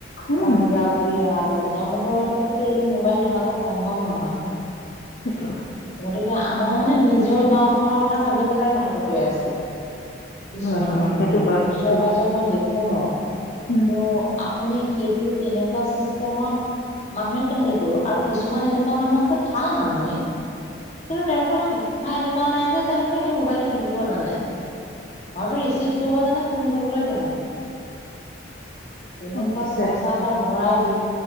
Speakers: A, on the left; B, on the left.
A: উম,
B: বা বুঢ়া বুঢ়ী এহাল আছে তেওঁলোকৰ হাতততোটো এইটো মোবাইল থকাটো সম্ভৱ নহয়।
A: সেইটো
B: গতিকে আমই মানে নিজৰ গাওখনৰ কথা ভাবি পেলাই কথাটো কৈ আছো। কিছুমান
A: হয়, হয়,
B: মানুহ
A: সেইটো
B: মানে
A: হয়,
B: ওচৰে
A: সেইটো হয়,
B: পাজৰে মই দেখো ন'
A: উম,
B: ত' আপুনি সেইটো তেনেকুৱা চিষ্টেমত মানুহে কেনেকে কৰিব আৰু কিছুমান এনেকুৱা মানুহ আছে ভাল মানুহে কিন্তু তেওঁলোকৰ শিক্ষা এনেকুৱা নাই যে তেওঁলোকে সেই মোবাইলটো টিপিব জানে। হয়টো ৰিচিভ কৰিব জানে, ফোন কৰিবলৈ জানে। তেনেকোৱাত
A: অৱশ্যে।
B: পইচা এটা ভৰাই দি